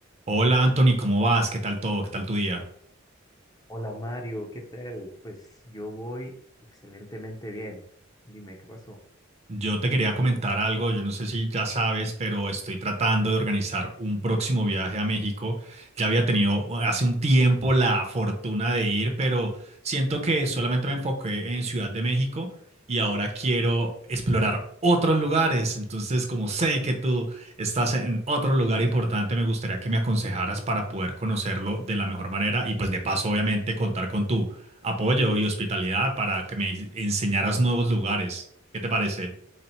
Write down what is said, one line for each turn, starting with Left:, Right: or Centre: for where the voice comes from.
Right: Hola Anthony, ¿cómo vas? ¿Qué tal todo? ¿Qué tal tu día?
Left: Hola Mario, ¿qué tal? Pues yo voy excelentemente bien. Dime, ¿qué pasó?
Right: Yo te quería comentar algo, yo no sé si ya sabes, pero estoy tratando de organizar un próximo viaje a México. Ya había tenido hace un tiempo la fortuna de ir, pero siento que solamente me enfoqué en Ciudad de México y ahora quiero explorar otros lugares. Entonces, como sé que tú estás en otro lugar importante, me gustaría que me aconsejaras para poder conocerlo de la mejor manera y pues de paso, obviamente, contar con tu apoyo y hospitalidad para que me enseñaras nuevos lugares. ¿Qué te parece?